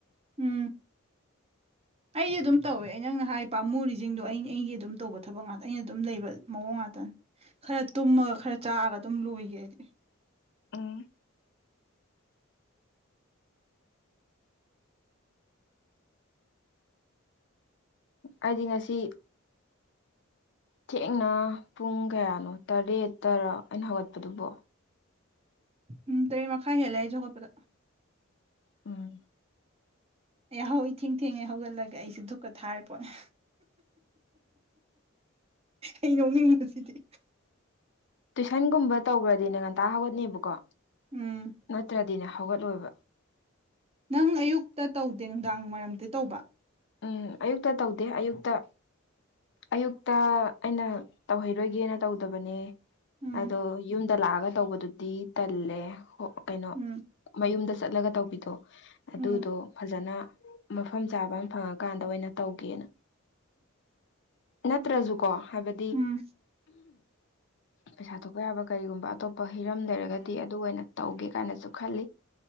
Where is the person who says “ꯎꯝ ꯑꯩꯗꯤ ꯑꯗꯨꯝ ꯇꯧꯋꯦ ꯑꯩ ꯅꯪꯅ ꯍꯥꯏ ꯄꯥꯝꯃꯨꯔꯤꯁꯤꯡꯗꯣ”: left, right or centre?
Right